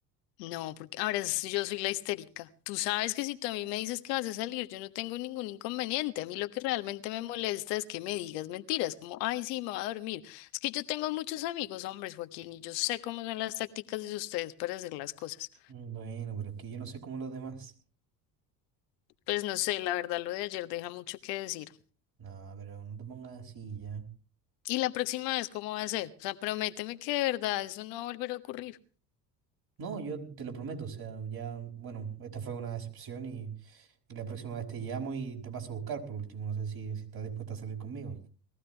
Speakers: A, on the left; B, on the right.
A: No, porque ahora es yo soy la histérica. Tú sabes que si tú a mí me dices que vas a salir, yo no tengo ningún inconveniente. A mí lo que realmente me molesta es que me digas mentiras, como, ay, sí, me va a dormir. Es que yo tengo muchos amigos hombres, Joaquín, y yo sé cómo son las tácticas de ustedes para hacer las cosas.
B: Mm, Bueno, pero es que yo no soy como los demás.
A: Pues no sé, la verdad, lo de ayer deja mucho que decir.
B: No, pero no te pongas así ya.
A: Y la próxima vez, ¿cómo va a ser? O sea, prométeme que de verdad eso no va a volver a ocurrir.
B: No, yo te lo prometo, o sea, ya, bueno, esta fue una decepción y, y la próxima vez te llamo y te paso a buscar por último, no sé si, si estás dispuesta a salir conmigo.